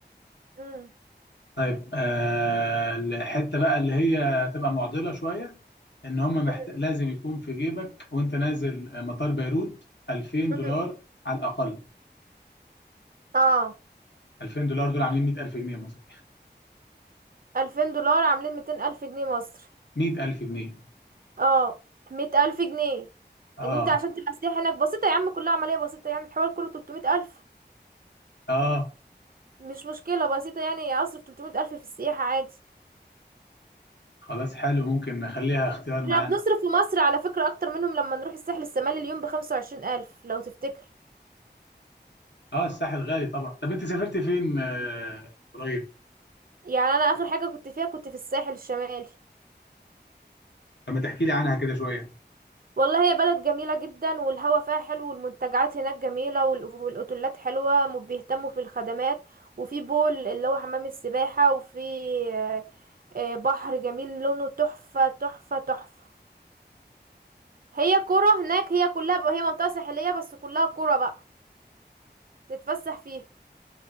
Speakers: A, on the right; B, on the left.
A: مم.
B: طيب آه الحتة بقى اللي هي تبقى معضلة شوية ان هم محت...
A: مم.
B: لازم يكون في جيبك وانت نازل آه، مطار بيروت 2000
A: مم.
B: دولار على الأقل
A: اه
B: 2000 دولار دول عاملين 100000 جنيه مصري
A: ألفين دولار عاملين ميتين ألف جنيه مصري
B: 100000 جنيه
A: اه مية ألف جنيه
B: اه
A: ان انت عشان تبقى سياح هناك بسيطة يا عم كلها عملية بسيطة يعني الحوار كله تلتمية ألف
B: اه
A: مش مشكلة بسيطة يعني اصرف 300 ألف في السياحة عادي
B: خلاص حلو ممكن نخليها اختيار معانا
A: احنا بنصرف في مصر على فكرة أكتر منهم لما نروح الساحل الشمالي اليوم بخمسة وعشرين ألف لو تفتكر
B: اه الساحل غالي طبعا طب انت سافرت فين آه قريب
A: يعني أنا آخر حاجة كنت فيها كنت في الساحل الشمالي
B: طب ما تحكي لي عنها كده شوية
A: والله هي بلد جميلة جدا والهوا فيها حلو والمنتجعات هناك جميلة وال- والأوتيلات حلوة وبيهتموا في الخدمات وفي بول اللي هو حمام السباحة وفي آه، آه، بحر جميل لونه تحفة تحفة تحفة هي كرة هناك هي كلها هي منطقة ساحلية بس كلها كرة بقى تتفسح فيها